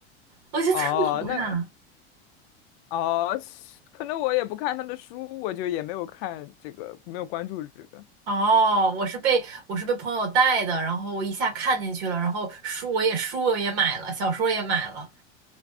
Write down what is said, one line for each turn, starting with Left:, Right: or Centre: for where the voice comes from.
Right: 我觉得特别好看。
Left: 哦，那哦，可能我也不看他的书，我就也没有看这个，没有关注这个。
Right: 哦，我是被我是被朋友带的，然后我一下看进去了，然后书我也书我也买了，小说也买了。